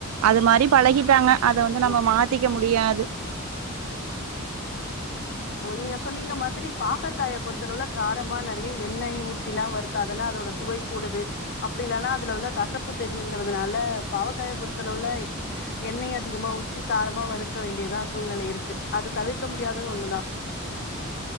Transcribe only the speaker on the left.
ஓ
ஓ நீங்க சொன்னீங்க மாதிரி பாகற்கய பொறுத்தளவு காரமா நெறைய எண்ணெய் ஊற்றில்லா வருத்தாதான்னா அதோட சுவை கூடுது அப்பிடி இல்லனா அதுல உள்ள கசப்பு தெரியுங்கிறதுனால பாவக்காய பொருத்தலவுல எண்ணெய் அதிகமா உற்றி காரமா வறுக்க வேண்டியதா சூழ்நிலை இருக்கு அது தவிர்க்க முடியாத ஒன்னுதா